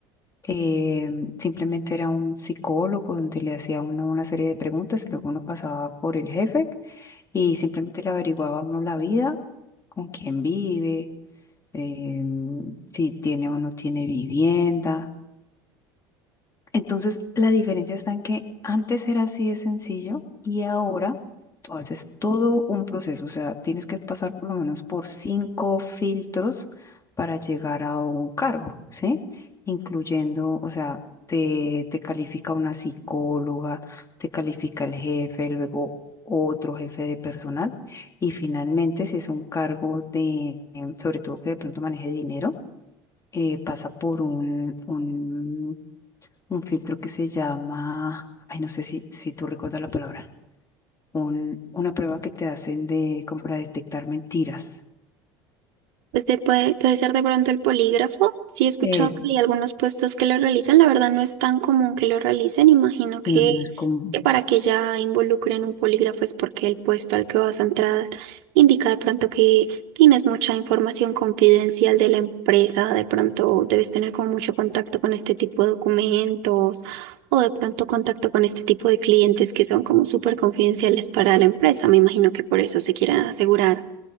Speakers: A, on the left; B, on the right.
A: eh, simplemente era un psicólogo donde le hacía a uno una serie de preguntas y luego uno pasaba por el jefe y simplemente le averiguaba a uno la vida, con quién vive, em, si tiene o no tiene vivienda entonces, la diferencia está en que antes era así de sencillo y ahora tú haces todo un proceso, o sea, tienes que pasar por lo menos por cinco filtros para llegar a un cargo, ¿sí? Incluyendo, o sea, te, te califica una psicóloga, te califica el jefe, luego otro jefe de personal y finalmente si es un cargo de, em, sobre todo que de pronto maneje dinero, eh, pasa por un, un un filtro que se llama, ay, no sé si, si tú recuerdas la palabra, un, una prueba que te hacen de como para detectar mentiras.
B: Pues de- puede, puede ser de pronto el polígrafo. Sí he escuchado
A: Eh,
B: que hay algunos puestos que lo realizan. La verdad no es tan común que lo realicen. Imagino que,
A: no, no es como...
B: que para que ya involucren un polígrafo es porque el puesto al que vas a entrar indica de pronto que tienes mucha información confidencial de la empresa. De pronto debes tener como mucho contacto con este tipo de documentos o de pronto contacto con este tipo de clientes que son como súper confidenciales para la empresa. Me imagino que por eso se quieren asegurar